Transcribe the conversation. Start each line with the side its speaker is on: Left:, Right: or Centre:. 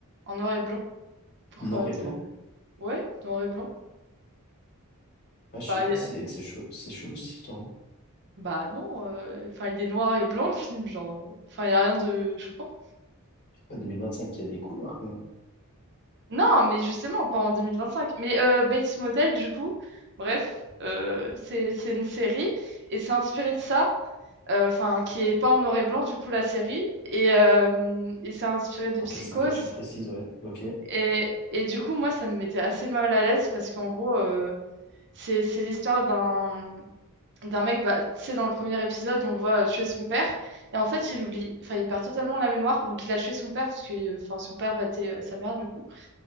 Right: en noir et blanc. Pourquoi
Left: Noir et
Right: te...
Left: blanc?
Right: Ouais, noir et blanc.
Left: Ah, je
Right: Bah,
Left: sais pas, c'est c'est chou- c'est chelou cette histoire, non?
Right: Bah non, euh, enfin il est noir et blanc le film, genre, euh, enfin il n'y a rien de choquant.
Left: Ah, 2025, il y a des couleurs quand même.
Right: Non, mais justement, pas en deux mille vingt cinq Mais euh, Bates Motel, du coup, bref, euh, c'est c'est une série et c'est inspiré de ça, euh, enfin qui est pas en noir et blanc, du coup, la série, et, euh, et c'est inspiré de
Left: Ah,
Right: Psychose.
Left: Ok, c'est sympa que tu le précises, ouais. Ok,
Right: Et, et du coup, moi, ça me mettait assez mal à l'aise parce qu'en gros, euh, c'est c'est l'histoire d'un d'un mec, bah, tu sais, dans le premier épisode, on le voit euh, tuer son père. Et en fait, il oublie, enfin, il perd totalement la mémoire. Donc, il a tué son père parce que, enfin, son père battait euh, sa mère, du coup.